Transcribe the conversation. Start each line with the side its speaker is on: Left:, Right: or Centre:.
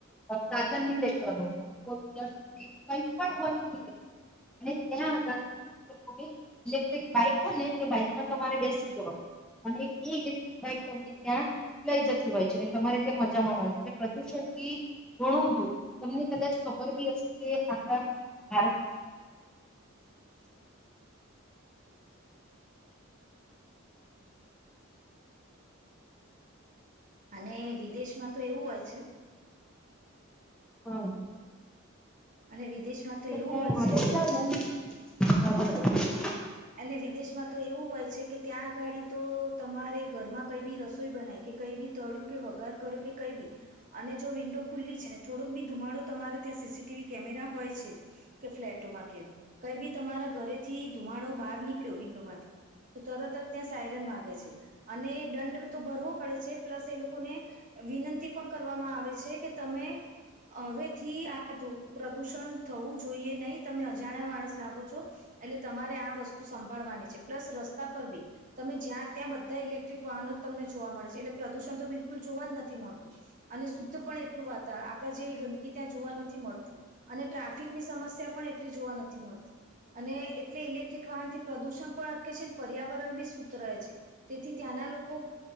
Centre: સાધન નહી લઈ જો ફો વલર કઈ પણ <unintelligible> અને ત્યાં આગળ લોકોની ઇલેક્ટ્રિક બાઈક હો તે તમારે બેસી જવાનું અને એ ઇલેક્ટ્રિક બાઈક તમને ત્યાં લઈ જતી હોય છે અને તમારે જમાનાની એ પ્રદૂષણ થી ઘણું દૂર તમને કદાચ ખબર બી હશે કે આપણા <inaudible>
Right: અને વિદેશમાં તો એવું હોય છે
Centre: હા
Right: અને વિદેશમાં તો એવું
Centre: ત્યાં
Right: હોય
Centre: આગળ
Right: છે
Centre: જાવ ને <inaudible>
Right: અને વિદેશમાં તો એવું હોય છે કે ત્યાં આગાડી તો તમારે ઘરમાં કંઈ બી રસોઈ બનાઈ કે કઈ બી તળ્યું કે વગાર કર્યો કે કઈ બી અને જો વિન્ડો ખુલ્લી છે ને થોડોક બી ધુમાડો તમારે ત્યાં સીસીટીવી કેમેરા હોય છે કે ફ્લેટોમાં કેમ કઈ બી તમારા ઘરેથી ધુમાડો બહાર નીકળ્યો વિન્ડોમાંથી તો તરત જ ત્યાં સાયરન વાગે છે અને દંડ તો ભરવો પડે છે પ્લસ એ લોકોને વિનંતી પણ કરવામાં આવે છે કે તમે હવેથી આ પ્રદુષણ થવું જોઈએ નહીિ તમે અજાણ્યા માણસ લાગો છો એટલે તમારે આ વસ્તુ સંભાળવાની છે પ્લસ રસ્તા પર બી તમે જ્યાં ત્યાં બધા ઇલેક્ટ્રિક વાહનો તમને જોવા મળે છે એટલે પ્રદુષણ તો બિલકુલ જોવા જ નથી મળતું અને શુદ્ધ પણ એટલું વાતાવરણ આપણે જેવી ગંદકી ત્યા જોવા નથી મળતી અને ટ્રાફિકની સમસ્યા પણ એટલી જોવા નથી મળતી અને એટલે ઇલેક્ટ્રિક વાહન થી પ્રદુષણ પણ અટકે છે અને પર્યાવરણ બી શુદ્ધ રહે છે તેથી ત્યાંના લોકો